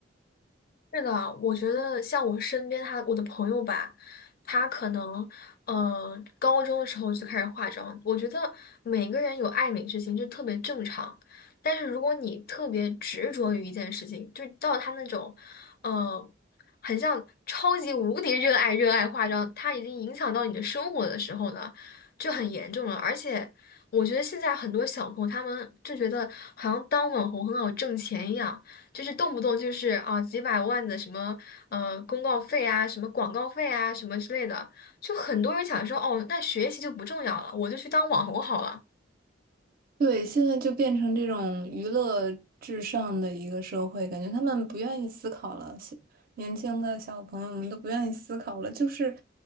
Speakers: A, on the left; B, on the right.
A: 是的，我觉得像我身边他我的朋友吧，他可能呃高中的时候就开始化妆。我觉得每个人有爱美之心，就特别正常。但是如果你特别执着于一件事情，就到他那种呃很像超级无敌热爱热爱化妆，它已经影响到你的生活的时候呢，就很严重了。而且我觉得现在很多小朋友他们就觉得好像当网红很好挣钱一样。就是动不动就是啊几百万的什么呃公告费啊，什么广告费啊，什么之类的，就很多人想说哦，那学习就不重要了，我就去当网红好了。
B: 对，现在就变成这种娱乐至上的一个社会，感觉他们不愿意思考了，小年轻的小朋友们都不愿意思考了，就是，